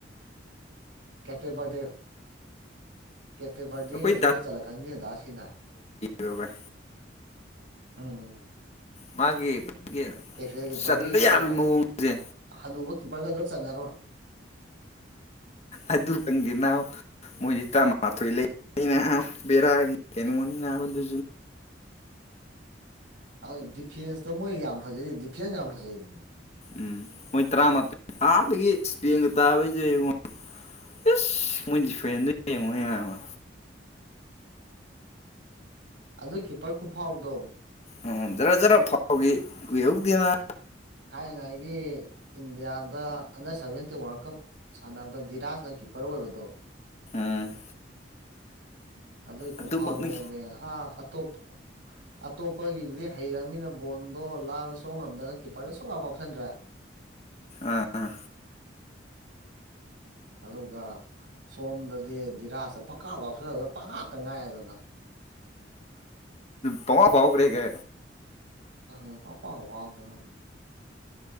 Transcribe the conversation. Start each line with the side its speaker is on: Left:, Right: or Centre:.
Right: ꯀꯦꯄꯦ ꯕꯔꯗꯦ ꯀꯦꯐꯦ ꯕꯔꯗꯦ
Left: ꯑꯩꯈꯣꯏ
Right: ꯑꯗꯨ ꯆꯠꯂꯛꯀꯅꯤ ꯑꯗꯥ ꯁꯤꯅ
Left: ꯗꯨꯕꯥꯏ
Right: ꯎꯝ
Left: ꯃꯥꯒꯤ
Right: ꯎꯝ
Left: ꯑꯩꯈꯣꯏꯒꯤ
Right: ꯀꯦꯐꯦ
Left: ꯆꯟꯕ
Right: ꯄꯔꯦꯒꯤ
Left: ꯌꯥꯕꯒꯤ ꯃꯑꯣꯡꯁꯦ
Right: ꯍꯜꯂꯨꯕ ꯄꯔꯒꯣ ꯆꯖꯔꯣꯣꯏ
Left: ꯑꯗꯨ ꯈꯪꯗ ꯅꯅꯥꯎ ꯃꯣꯏꯗꯤ ꯇ ꯃꯥꯊꯣꯏ ꯂꯩ ꯑꯩꯅ ꯕꯦꯔꯥꯒꯤ ꯀꯩꯅꯣꯅꯤ ꯔ ꯖꯨ
Right: ꯑ ꯗꯤꯐꯦꯟꯁꯇ ꯃꯣꯏ ꯌꯥꯝ ꯐꯖꯩ ꯗꯤꯐꯦꯟꯁ ꯌꯥꯝ ꯐꯖꯩꯅꯦ
Left: ꯎꯝ ꯃꯣꯏ ꯇꯔꯥꯃꯥꯊꯣꯏ ꯑꯍꯥꯟꯕꯗꯒꯤ ꯏꯁꯇꯦꯡꯒ ꯇꯥꯕꯩꯁꯦ ꯏꯕꯉꯣ ꯏꯁꯁ ꯃꯣꯏꯗꯤ ꯐ꯭ꯔꯦꯟꯗꯨ ꯌꯦꯡꯉꯣꯅꯦꯕ
Right: ꯑꯗꯨ ꯀꯤꯄꯔ ꯈꯨꯐꯥꯎꯗꯣ
Left: ꯎꯝ ꯖꯔ ꯖꯔ ꯐꯥꯎꯈꯤ ꯀꯨꯏꯍꯧꯗꯦꯕ
Right: ꯊꯥꯏꯅꯉꯥꯏꯒꯤ ꯏꯟꯗꯤꯌꯥꯗ ꯑꯟꯗꯔ ꯁꯚꯦꯟꯇꯤ ꯋꯥꯔꯜ ꯀꯞ ꯁꯥꯟꯅꯕꯗ ꯗꯤꯔꯥꯖꯅ ꯀꯤꯞꯄꯔ ꯑꯣꯏꯕꯗꯣ
Left: ꯎꯝ
Right: ꯑꯗꯨꯏꯀꯣ
Left: ꯑꯗꯨꯃꯛꯅꯤ
Right: ꯐꯥꯎꯅꯦꯕ ꯑꯥ ꯑꯇꯣꯞꯄ ꯑꯇꯣꯞꯄꯒꯤꯗꯨꯗꯤ ꯍꯩꯔꯃꯤꯅ ꯕꯣꯜꯗꯣ ꯂꯥꯟꯅ ꯁꯣꯡ ꯉꯝꯗꯅ ꯀꯤꯞꯄꯔꯗꯣ ꯁꯨꯡꯀꯥꯎ ꯀꯥꯎꯁꯟꯗ꯭ꯔꯦ
Left: ꯑꯥ
Right: ꯑꯗꯨꯒ ꯁꯣꯝꯗꯗꯤ ꯗꯤꯔꯥꯖꯇ ꯄꯀꯥ ꯐꯥꯎꯁꯜꯂꯗꯅ ꯄꯪ ꯉꯥꯛꯇ ꯉꯥꯏꯑꯗꯅ
Left: ꯄꯃ ꯐꯥꯎ ꯀꯦ ꯀ
Right: ꯑ ꯄꯄꯥꯎ ꯋꯥꯗꯅꯤ